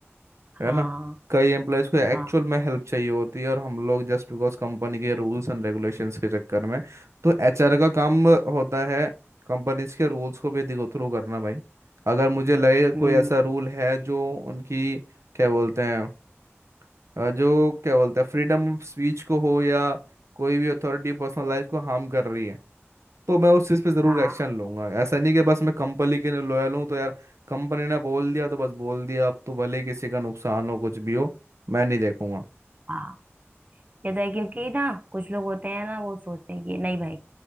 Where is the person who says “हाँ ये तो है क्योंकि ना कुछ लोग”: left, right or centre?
Right